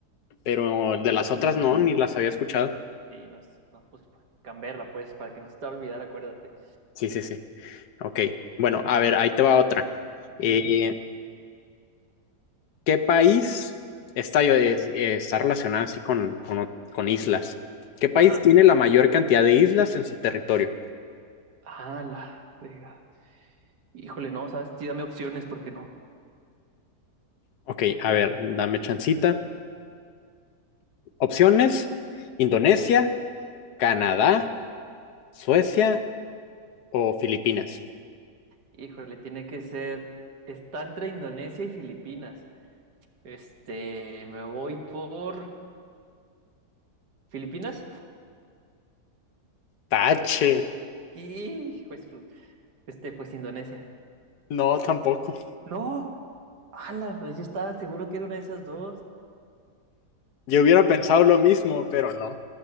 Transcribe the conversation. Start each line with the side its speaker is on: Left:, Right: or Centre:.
Left: pero de las otras no, ni las había escuchado.
Right: Sí, no, es- no, pues pues, Canberra, pues, para que no se te va a olvidar, acuérdate.
Left: Sí, sí, sí, ok. Bueno, a ver, ahí te va otra.
Right: Sí,
Left: Eh, ¿Qué país está, es- eh, está relacionado así con, con, o- con islas? ¿Qué país
Right: ajá.
Left: tiene la mayor cantidad de islas en su territorio?
Right: Ah, la frega. Híjole, no, sabes, sí, dame opciones, porque no.
Left: Ok, a ver, dame chancita. Opciones: Indonesia, Canadá, Suecia o Filipinas.
Right: Híjole, tiene que ser. Está entre Indonesia y Filipinas. Este, me voy por Filipinas
Left: Tache,
Right: y pues, su- este, pues Indonesia.
Left: no, tampoco.
Right: No, ala, yo estaba seguro que era una de esas dos.
Left: Yo hubiera pensado lo mismo, pero no.